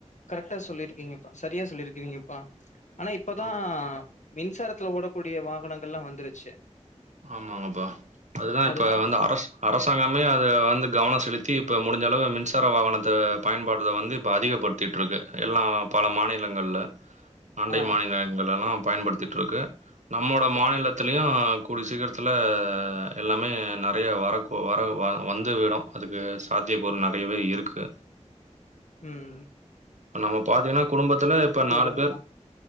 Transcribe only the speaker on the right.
ஆமா.
ஆமாங்ப்பா அதுதா இப்ப
வந்து அரசு அரசாங்கமே அத வந்து கவனோ செலுத்தி இப்போ முடுஞ்சளவு மின்சார வாகனத்த பயன்பாட்டத வந்து இப்போ அதிகப்படுத் திட்றது எல்லா பல மாநிலங்கள்ல அண்டை
மாநிலங்கள எல்லா பயன்படுத்திட்டு இருக்கு நம்மோட மாநிலத்திலியு கூடிய சீக்கிரத்தில எல்லாமே நெறையா வரக்கு வர வ வந்து விடு அதுக்கு சாத்திய கூறு ஒரு நெறையவே இருக்கு
நம்ம பாத்தீங்னா குடும்பத்துல இப்ப நாலு
பேர்